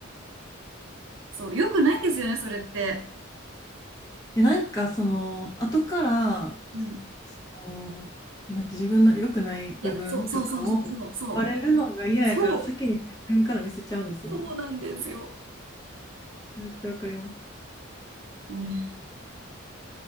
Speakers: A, on the right; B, on the left.
A: そう、良くないんですよね、それって。
B: え、なんかその、後から、
A: うん。
B: その、なんて自分の良くない部分とかを
A: いや、そうそうそうそうそう、そう、
B: バレるのが嫌やから、
A: そう、
B: 先に自分から見せちゃうんですよね。
A: そうなんですよ。
B: めっちゃわかります。
A: うん。